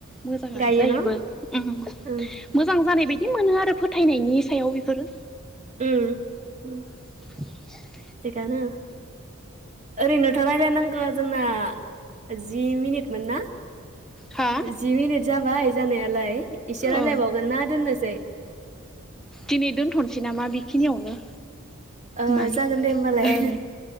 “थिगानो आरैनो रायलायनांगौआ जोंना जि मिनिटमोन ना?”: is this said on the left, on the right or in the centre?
Right